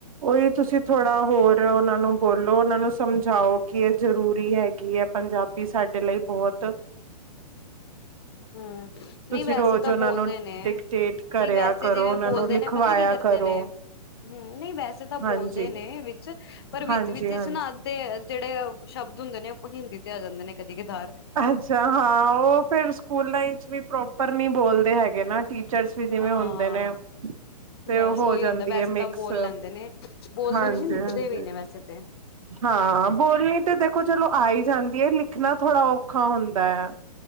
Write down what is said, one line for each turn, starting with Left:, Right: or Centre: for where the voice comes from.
Right: ਉਹੀ ਤੁਸੀਂ ਥੋੜਾ ਹੋਰ ਉਹਨਾਂ ਨੂੰ ਬੋਲੋ ਉਹਨਾਂ ਨੂੰ ਸਮਝਾਓ ਕਿ ਇਹ ਜ਼ਰੂਰੀ ਹੈਗੀ ਹੈ ਪੰਜਾਬੀ ਸਾਡੇ ਲਈ ਬਹੁਤ
Left: ਹੂੰ
Right: <inaudible> ਤੁਸੀਂ
Left: ਨਹੀਂ ਵੈਸੇ
Right: ਰੋਜ਼
Left: ਤਾਂ
Right: ਉਹਨਾ
Left: ਬੋਲਦੇ
Right: ਨੂੰ
Left: ਨੇ
Right: ਡਿਕਟੇਟ ਕਰਿਆ
Left: ਨਹੀਂ ਵੈਸੇ
Right: ਕਰੋ
Left: ਜਿਵੇਂ
Right: ਉਹਨਾਂ
Left: ਬੋਲਦੇ
Right: ਨੂੰ ਲਿਖਵਾਇਆ
Left: ਨੇ ਪਤਾ ਕੀ ਕਰਦੇ
Right: ਕਰੋ
Left: ਨੇ ਹਮ ਨਹੀਂ ਵੈਸੇ ਤਾਂ
Right: ਹਾਂਜੀ
Left: ਬੋਲਦੇ ਨੇ ਵਿੱਚ ਪਰ
Right: ਹਾਂਜੀ
Left: ਵਿੱਚ- ਵਿਚ
Right: ਹਾਂਜੀ
Left: ਨਾ ਅੱਧੇ ਜਿਹੜੇ ਸ਼ਬਦ ਹੁੰਦੇ ਨੇ ਉਹ ਹਿੰਦੀ ਤੇ ਆ ਜਾਂਦੇ ਨੇ ਕਦੇ ਕਦਾਰ
Right: ਅੱਛਾ ਹਾਂ ਉਹ ਫਿਰ ਸਕੂਲਾਂ ਵਿੱਚ ਵੀ ਪ੍ਰੋਪਰ ਨਹੀ ਬੋਲਦੇ ਹੈਗੇ ਨਾ ਟੀਚਰਸ ਵੀ ਜਿਵੇਂ
Left: ਹਾਂ
Right: ਹੁੰਦੇ ਨੇ ਤੇ
Left: ਬਸ
Right: ਉਹ ਹੋ
Left: ਓਹੀ
Right: ਜਾਂਦੀ
Left: ਹੁੰਦਾ ਵੈਸੇ
Right: ਹੈ
Left: ਤਾਂ
Right: ਮਿਕਸ
Left: ਬੋਲ ਲੈਂਦੇ ਨੇ, ਬੋਲਦੇ
Right: ਹਾਂਜੀ
Left: ਵੀ ਨੇ ਲਿਖਦੇ
Right: ਹਾਂਜੀ
Left: ਵੀ ਨੇ ਵੈਸੇ ਤੇ
Right: ਹਾਂ ਬੋਲਣੀ ਤੇ ਦੇਖੋ ਚਲੋ ਆ ਹੀ ਜਾਂਦੀ ਹੈ ਲਿਖਣਾ ਥੋੜ੍ਹਾ ਔਖਾ ਹੁੰਦਾ ਹੈ